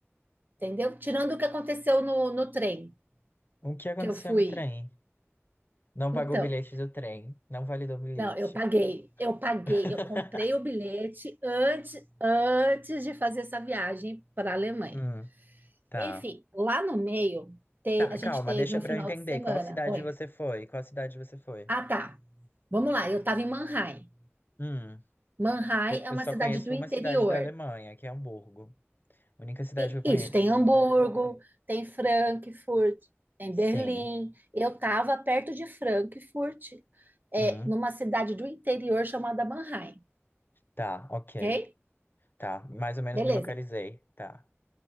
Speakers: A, on the right (about 40°); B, on the left (about 45°).
A: entendeu? Tirando o que aconteceu no, no trem
B: O que aconteceu
A: que eu fui.
B: no trem? Não
A: Então,
B: pagou o bilhete do trem, não validou o bilhete.
A: não, eu paguei, eu paguei,
B: <laughs>
A: eu comprei o bilhete antes, antes de fazer essa viagem para a Alemanha.
B: Hum, tá.
A: Enfim, lá no meio, te-
B: Tá,
A: a gente
B: calma,
A: teve
B: deixa
A: um
B: pra
A: final
B: eu entender.
A: de semana.
B: Qual cidade
A: Oi.
B: você foi? Qual cidade você foi?
A: Ah, tá. Vamos lá, eu estava em Mannheim.
B: Hum,
A: Mannheim
B: eu,
A: é
B: eu
A: uma
B: só
A: cidade
B: conheço
A: do interior.
B: uma cidade da Alemanha, que é Hamburgo. Única cidade
A: E
B: que eu conheço.
A: isso, tem Hamburgo, tem Frankfurt, tem
B: Sim.
A: Berlim. Eu estava perto de Frankfurt, é,
B: Hum,
A: numa cidade do interior chamada Mannheim,
B: tá, ok.
A: ok?
B: Tá, mais ou menos
A: Beleza,
B: me localizei. Tá.